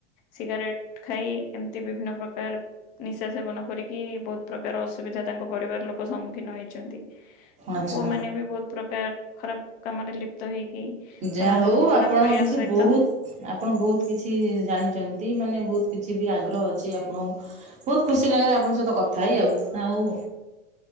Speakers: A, on the left (about 25°); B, on the right (about 20°).
A: ସିଗାରେଟ ଖାଇ ଏମିତି ବିଭିନ୍ନ ପ୍ରକାର ନିଶା ସେବନ କରିକି ବହୁତ ପ୍ରକାର ଅସୁବିଧା ତାଙ୍କ ପରିବାର ଲୋକ ସମ୍ମୁଖୀନ ହେଇଛନ୍ତି। ତ
B: ଆଚ୍ଛା
A: ପୁଅ ମାନେ ବି ବହୁତ ପ୍ରକାର ଖରାପ କାମରେ ଲିପ୍ ପ୍ତ ହେଇକି
B: ଯାହା
A: ସମାଜକୁ
B: ହଉ
A: ଖରାପ
B: ଆପଣ
A: କରିବା
B: କିନ୍ତୁ
A: ସହିତ
B: ବହୁତ ଆପଣ ବହୁତ କିଛି ଜାଣିଛନ୍ତି ମାନେ ବହୁତ କିଛି ବି ଆଗ୍ରହ ଅଛି ଆପଣଙ୍କୁ ବହୁତ ଖୁସି ଲାଗିଲା ଆପଣଙ୍କ ସହିତ କଥା ହେଇ ଆଉ ଆଉ